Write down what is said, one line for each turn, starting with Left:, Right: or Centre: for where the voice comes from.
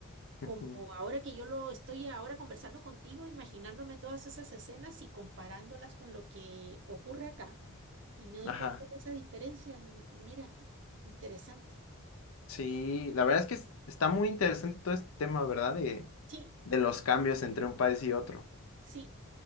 Right: como
Left: ujú.
Right: ahora que yo lo estoy ahora conversando contigo, imaginándome todas esas escenas y comparándolas con lo que ocurre acá, y me doy
Left: Ajá.
Right: cuenta de esa diferencia, m- mira, interesante.
Left: Sí, la verdad es que es- está muy interesante todo este tema, ¿verdad? De,
Right: Sí,
Left: de los cambios entre un país y otro.
Right: sí,